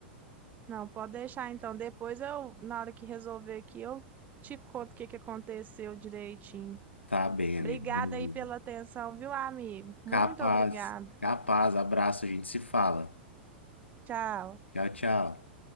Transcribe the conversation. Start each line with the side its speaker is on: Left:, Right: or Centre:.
Right: Não, pode deixar então. Depois eu, na hora que resolver aqui, eu te conto o que que aconteceu direitinho.
Left: Tá bem, amigo.
Right: Obrigada
Left: Beleza.
Right: aí pela atenção, viu, amigo? Muito
Left: Capaz,
Right: obrigada.
Left: capaz. Abraço, a gente se fala.
Right: Tchau.
Left: Tchau, tchau.